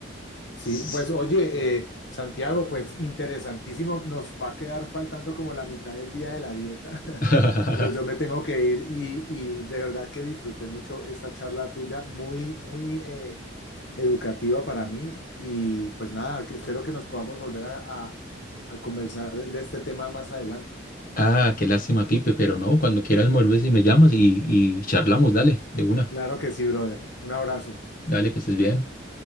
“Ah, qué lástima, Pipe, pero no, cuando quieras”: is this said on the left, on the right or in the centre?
Left